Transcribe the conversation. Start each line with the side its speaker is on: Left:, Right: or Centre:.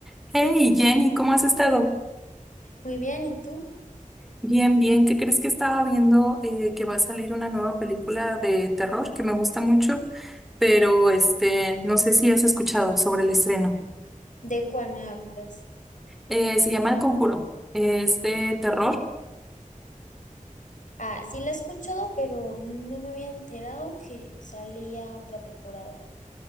Centre: Hey Jenny, ¿cómo has estado?
Left: Muy bien, ¿y tú?
Centre: Bien, bien. ¿Qué crees que estaba viendo eh, que va a salir una nueva película de terror que me gusta mucho, pero este, no sé si has escuchado sobre el estreno.
Left: ¿De cuál me hablas?
Centre: Eh, se llama El Conjuro. Es de terror.
Left: Ah, sí la he escuchado, pero no me había enterado que salía otra temporada.